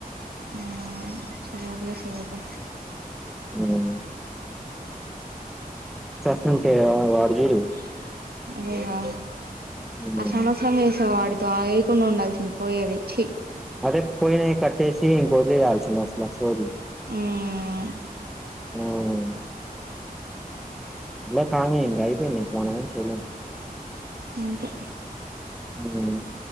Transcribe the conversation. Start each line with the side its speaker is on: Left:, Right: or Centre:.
Right: మ్మ్ సరే వదిలేసెయ్ అయితే
Centre: మ్మ్ తుంటే ఆ వాడు చూడు
Right: <unintelligible> అదేగా
Centre: మ్మ్
Right: ఆసమసం వేసా వాడు తాయకుండ ఉండాల్సింది పోయేది ఛీ
Centre: అదే పోయి కట్టేసి ఇంకొదియాల్సింది అసలు ఆ సోదీ
Right: మ్మ్
Centre: మ్మ్ ఇలా కానీ ఇంకా అయిపోయిందియి న చేయండి
Right: ఇంకే
Centre: హ్మ్మ్